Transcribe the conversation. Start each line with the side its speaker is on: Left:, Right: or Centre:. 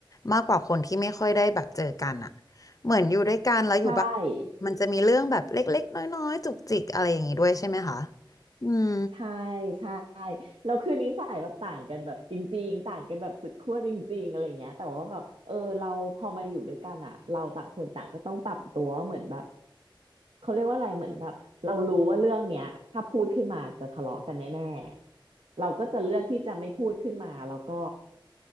Left: มากกว่าคนที่ไม่ค่อยได้แบบเจอกันอะเหมือนอยู่ด้วยกันแล้วอยู่บ้าน
Right: ใช่
Left: มันจะมีเรื่องแบบเล็กๆน้อยๆจุกจิกอะไรอย่างนี้ด้วยใช่ไหมคะอืม
Right: ใช่ใช่แล้วคือนิสัยแบบต่างกันแบบจริงๆต่างกันแบบสุดขั้วจริงๆอะไรเงี้ยแต่ว่าแบบเออเราพอมาอยู่ด้วยกันอ่ะเราต่างคนต่างก็ต้องปรับตัวเหมือนแบบเขาเรียกว่าอะไรเหมือนแบบเรารู้ว่าเรื่องเนี้ยถ้าพูดขึ้นมาจะทะเลาะกันแน่ๆเราก็จะเลือกที่จะไม่พูดขึ้นมาแล้วก็